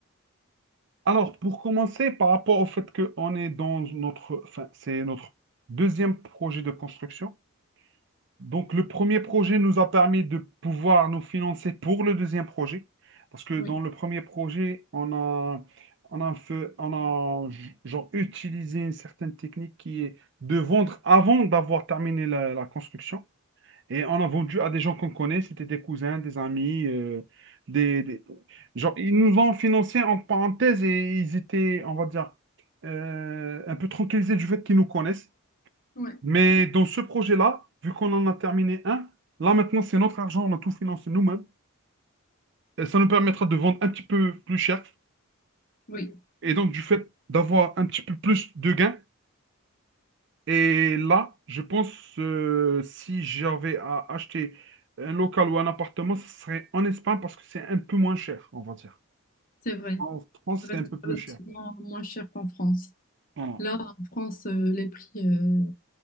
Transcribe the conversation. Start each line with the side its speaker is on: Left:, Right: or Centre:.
Right: Alors, pour commencer, par rapport au fait qu'on est dans notre, enfin, c'est notre deuxième projet de construction. Donc, le premier projet nous a permis de pouvoir nous financer pour le deuxième projet. Parce que
Left: Oui,
Right: dans le premier projet, on a, on a, fait- on a genre, utilisé une certaine technique qui est de vendre avant d'avoir terminé la la construction. Et on a vendu à des gens qu'on connaît, c'était des cousins, des amis, euh, des, des- Genre, ils nous ont financé en parenthèse et ils étaient, on va dire, euh, un peu tranquillisés du fait qu'ils nous connaissent.
Left: ouais,
Right: Mais dans ce projet-là, vu qu'on en a terminé un, là maintenant c'est notre argent, on a tout financé nous-mêmes. Et ça nous permettra de vendre un petit peu plus cher.
Left: oui,
Right: Et donc, du fait d'avoir un petit peu plus de gains, Et là, je pense euh, si j'avais à acheter un local ou un appartement, ce serait en Espagne parce que c'est un peu moins cher, on va dire.
Left: c'est vrai.
Right: En France,
Left: Ça reste
Right: c'est un peu plus
Left: relativement
Right: cher.
Left: moins cher qu'en France.
Right: Voilà.
Left: Là, en France, euh, les prix euh,